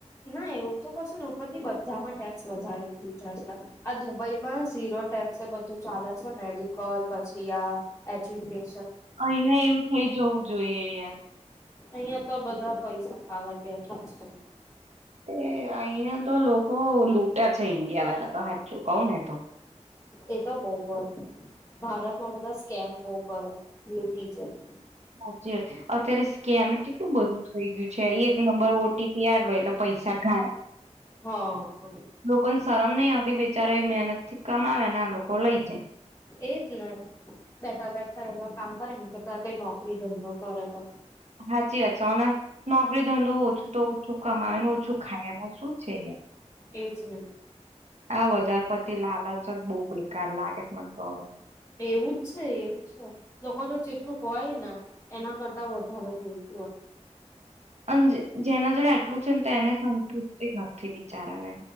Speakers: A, on the left; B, on the right.
A: ના એવું તો કશું ને ઉપરથી બધામાં ટેક્સ વધારી દીધા છે. આ દુબઈમાં ઝીરો ટેક્ બધું ચાલે છે મેડિકલ પછી, આ એજ્યુકે
B: અહિયાં એવું થઇ જવું જોઈએ યાર.
A: અહિયાં તો બધા પૈસા ખાવટ બેઠા છે.
B: એ અહિયાં તો લોકો લૂટ્યા છે ઈન્ડિયા વાળા તો હા કઉ ને તો.
A: એ તો બવ હોય ભારતમાં બધા સ્કેમ બવ કરે લૂટી જાય.
B: સાચી વાત છે અત્યારે સ્કેમે કેટલું બધું થઈ ગયું છે એક નંબર ઓટીપી આલ્યો એટલે પૈસા ઘાટ.
A: હા હા
B: લોકોને સારમ નહી આવતી બે બેચાર મહેનત થી કમાવે ને આ લોકો લઈ જાય.
A: એજ ને બેઠા બેઠા એવા કામ કરે ને કરતા કઈ નોકરી ધંધો કરે તો.
B: હાચી વાત ચાના નોકરી ધંધો ઓછું તો. ઓછું કમાવે અને ઓછું ખાય એમાં શું છે.
A: એજ ને
B: આ વધારે પતિ લાલ જ બહુ બેકાર લાગે મને તો હવે.
A: એવું જ છે એવું છે લોકો જો જેટલું હોય ને એના કરતા વધારે જોએ.
B: અન જેના જેન એટલું છે ને તો એને સંતુષ્ટિ નથી બિચારાને.